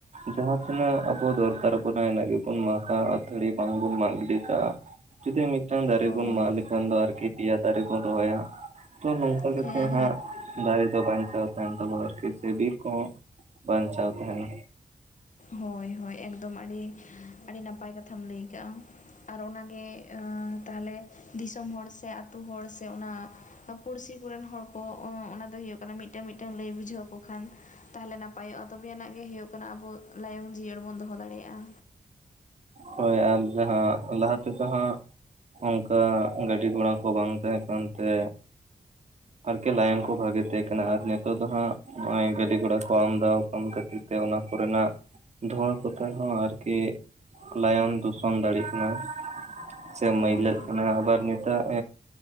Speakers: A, on the right; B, on the left.
A: ᱡᱟᱦᱟᱸ ᱛᱤᱱᱟᱹᱜ ᱟᱵᱚ ᱫᱚᱨᱠᱟᱨ ᱟᱵᱚᱱᱟ ᱤᱱᱟᱹᱜ ᱜᱮ ᱢᱟᱜᱼᱟ, ᱟᱹᱛᱷᱟᱹᱲᱤ ᱵᱟᱝ ᱵᱚᱱ ᱢᱟᱜ ᱜᱤᱰᱤ ᱠᱟᱜᱼᱟ, ᱡᱩᱫᱤ ᱢᱤᱫᱴᱟᱝ ᱫᱟᱨᱮ
B: ᱢᱤᱫᱴᱟᱝ
A: ᱵᱚᱱ ᱢᱟᱜ ᱞᱮᱠᱷᱟᱱ ᱫᱚ ᱟᱨᱠᱤ ᱯᱮᱭᱟ ᱫᱟᱨᱮ ᱵᱚᱱ ᱨᱚᱦᱚᱭᱟ ᱦᱟᱸᱜ, ᱛᱚ ᱱᱚᱝᱠᱟ
B: ᱞᱮᱠᱷᱟᱱ
A: ᱠᱟᱛᱮ ᱦᱟᱸᱜ ᱫᱟᱨᱮ ᱫᱚ ᱵᱟᱧᱪᱟᱣ ᱛᱟᱦᱮᱸᱱ ᱛᱟᱵᱚ ᱟᱨᱠᱤ ᱥᱮ ᱵᱤᱨ ᱠᱚᱦᱚᱸ ᱵᱟᱧᱪᱟᱣ ᱛᱟᱦᱮᱸᱱᱟ᱾
B: ᱦᱳᱭ ᱦᱳᱭ ᱮᱠᱫᱚᱢ ᱟᱹᱰᱤ, ᱟᱹᱰᱤ ᱱᱟᱯᱟᱭ ᱠᱟᱛᱷᱟᱢ ᱞᱟᱹᱭ ᱠᱟᱜᱼᱟ ᱟᱨ ᱚᱱᱟᱜᱮ ᱮᱸ ᱟᱸ ᱛᱟᱦᱮᱞᱮ ᱫᱤᱥᱚᱢ ᱦᱚᱲ ᱥᱮ ᱟᱹᱛᱩ ᱦᱚᱲ ᱥᱮ ᱚᱱᱟ ᱟᱹ ᱯᱩᱲᱥᱤ ᱠᱚᱨᱮᱱ ᱦᱚᱲ ᱠᱚ ᱳᱸ ᱚᱱᱟ ᱫᱚ ᱦᱩᱭᱩᱜ ᱠᱟᱱᱟ ᱢᱤᱫᱴᱟᱹᱝ ᱢᱤᱫᱴᱟᱹᱝ ᱞᱟᱹᱭ ᱵᱩᱡᱷᱟᱹᱣ ᱣᱟᱠᱚ ᱠᱷᱟᱱ ᱛᱟᱦᱚᱞᱮ ᱱᱟᱯᱟᱭᱚᱜᱼᱟ, ᱛᱚᱵᱮ ᱟᱱᱟᱜ ᱜᱮ ᱦᱩᱭᱩᱜ ᱠᱟᱱᱟ ᱟᱵᱚ ᱞᱟᱭᱚᱝ ᱡᱤᱭᱟᱹᱲ ᱵᱚᱱ ᱫᱚᱦᱚ ᱫᱟᱲᱮᱭᱟᱜᱼᱟ᱾
A: ᱦᱳᱭ ᱟᱨ ᱡᱟᱦᱟᱸ ᱞᱟᱦᱟ ᱛᱮᱫᱚ ᱦᱟᱸᱜ ᱚᱸᱠᱟ ᱜᱟᱹᱰᱤ ᱜᱷᱚᱬᱟ ᱠᱚ ᱵᱟᱝ ᱛᱟᱦᱮᱸ ᱠᱟᱱ ᱛᱮ ᱟᱨᱠᱤ ᱞᱟᱭᱚᱝ ᱠᱚ ᱵᱷᱟᱜᱮ ᱛᱟᱦᱮᱸ ᱠᱟᱱᱟ ᱟᱨ ᱱᱤᱛᱚᱜ ᱫᱚ ᱦᱟᱸᱜ ᱱᱚᱜᱼᱚᱭ ᱜᱟᱹᱰᱤ ᱜᱷᱚᱲᱟ ᱠᱚ ᱟᱢᱫᱟᱣᱟᱠᱟᱱ ᱠᱟᱹᱴᱤᱡ ᱛᱮ ᱚᱱᱟ ᱠᱚᱨᱮᱱᱟᱜ ᱫᱷᱩᱣᱟᱺ ᱠᱚᱛᱮ ᱦᱚᱸ ᱟᱨᱠᱤ ᱞᱟᱭᱚᱱ ᱫᱩᱥᱚᱱ ᱫᱟᱲᱤᱜ ᱠᱟᱱᱟ, ᱥᱮ ᱢᱟᱹᱭᱞᱟᱹᱜ
B: ᱦᱳᱭ
A: ᱠᱟᱱᱟ, ᱟᱹᱵᱟᱨ ᱱᱤᱛᱟᱨ